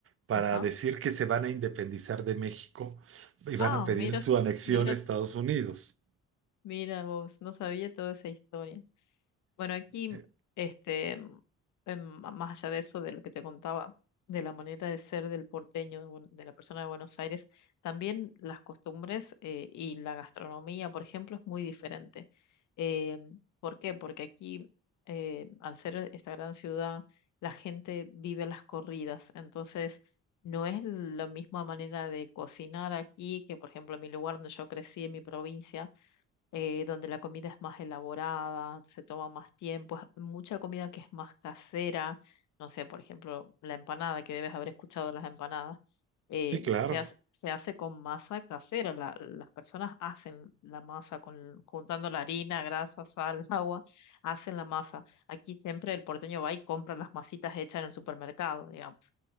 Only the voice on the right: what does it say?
para
decir que se van a independizar de México y van
a pedir
su anexión
a Estados Unidos.
Eh,
Sí, claro.